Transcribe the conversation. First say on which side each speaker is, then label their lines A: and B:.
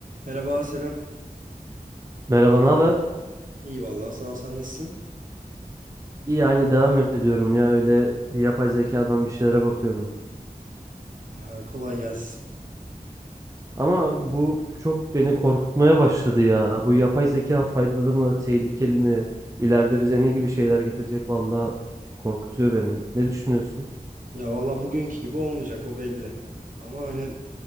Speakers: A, on the right (about 60°); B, on the right (about 20°).
A: Merhaba, selam.
B: Merhaba, ne haber?
A: İyi vallahi sağ ol sen nasılsın?
B: İyi, aynı devam ediyorum ya. Öyle bir yapay zekadan bir şeylere bakıyordum.
A: Ha, kolay gelsin.
B: Ama bu çok beni korkutmaya başladı ya. Bu yapay zeka faydalı mı, tehlikeli mi? İleride bize ne gibi şeyler getirecek? Vallahi korkutuyor beni. Ne düşünüyorsun?
A: Ya vallahi bugünkü gibi olmayacak o belli. Ama hani